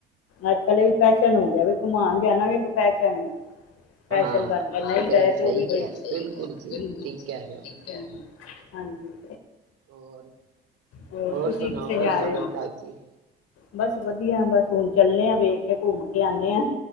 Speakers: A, on the left; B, on the right.
A: ਅੱਜ-ਕਲ ਏ ਵੀ ਫੈਸ਼ਨ ਹੋ ਗਿਆ, ਵੀ ਘੁਮਾਣ ਜਾਣਾ ਵੀ ਇੱਕ ਫੈਸ਼ਨ ਐ। ਫੈਸਲ
B: ਹਾਂ
A: ਬਣ ਗਿਆ, ਨਈਂ
B: ਸਹੀ
A: ਗਏ ਤੇ
B: ਸਹੀ
A: ਓਵੀ ਬਈ,
B: ਕਹਿ
A: ਹਾਂ
B: ਰਹੇ
A: ਸਈ
B: ਬਿਲਕੁਲ
A: ਗਲ,
B: ਜੀ
A: ਬਿਲਕੁਲ
B: ਠੀਕ
A: ਸਈ।
B: ਕਹਿ ਰਹੇ ਹੋ
A: ਹਾਂਜੀ।
B: ਹੋਰ?
A: ਹੋਰ ਤੁਸੀਂ
B: ਸੁਣਾਓ
A: ਕਿੱਥੇ
B: ਕੋਈ
A: ਜਾ
B: ਨਵੀਂ
A: ਰੇ ਓ?
B: ਤਾਜ਼ੀ
A: ਬਸ ਵਧੀਆ, ਬਸ ਹੁਣ ਚੱਲੇ ਆਂ, ਵੇਖ ਕੇ ਘੁੰਮ ਕੇ ਆਨੇ ਆ।